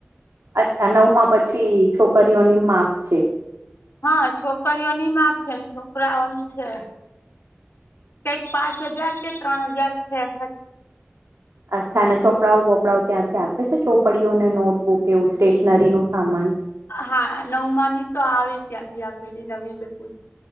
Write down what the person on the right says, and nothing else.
અચ્છા નવમાં પછી છોકરીઓની માફ છે.
અ્છાના ચોપડાઓ બોપડાઓ ત્યાંથી આપે છે ચોપડીઓને નોટબુક એવું સ્ટેશનરી નું સામાન